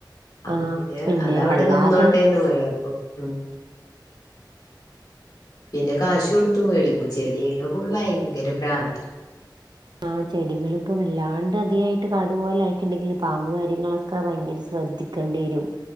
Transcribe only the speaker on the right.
ആഹ്
വല്ലാതെ
ആഹ്‌ ചെടികളിപ്പം വല്ലാണ്ട് അധികായിട്ട് കാടുപോലെ ആയിട്ട്ണ്ടെങ്കില് പാമ്പ് കാര്യങ്ങളൊ ക്ക ഭയങ്കര ശ്രദ്ധിക്കണ്ടേരും